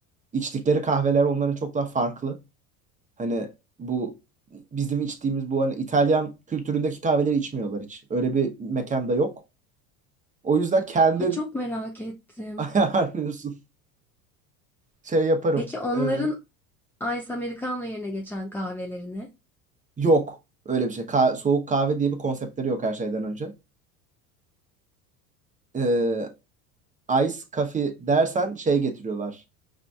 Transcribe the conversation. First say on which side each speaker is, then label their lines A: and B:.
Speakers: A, on the right (about 15°); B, in the centre.
A: İçtikleri kahveler onların çok daha farklı. Hani bu bizim içtiğimiz bu hani İtalyan kültüründeki kahveleri içmiyorlar hiç. Öyle bir mekanda yok. O yüzden kendin
B: Ay çok merak ettim.
A: <laughs> ayarlıyorsun. Şey yaparım.
B: Peki onların
A: Ee,
B: Ice Americano yerine geçen kahvelerini,
A: yok öyle bir şey. Ka- soğuk kahve diye bir konseptleri yok her şeyden önce. Ee, ice coffee dersen şey getiriyorlar.